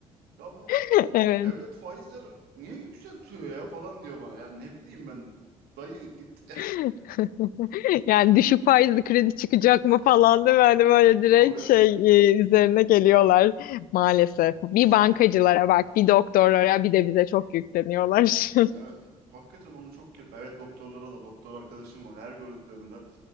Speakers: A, on the right; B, on the left.
A: ya bu
B: <laughs> Evet.
A: devlet faizler niye yükseltiyor ya falan diyor bana ya ne bileyim ben dayı git
B: <laughs> Yani düşük faizli kredi çıkacak mı falan değil mi? Hani böyle direkt
A: <laughs> tabii
B: şey e, üzerine geliyorlar maalesef. Bir
A: şey
B: bankacılara bak, bir doktorlara, bir de bize çok yükleniyorlar.
A: Ya e, hakikaten onu çok yap. Evet doktorlara da doktor arkadaşım var her gördüklerinde.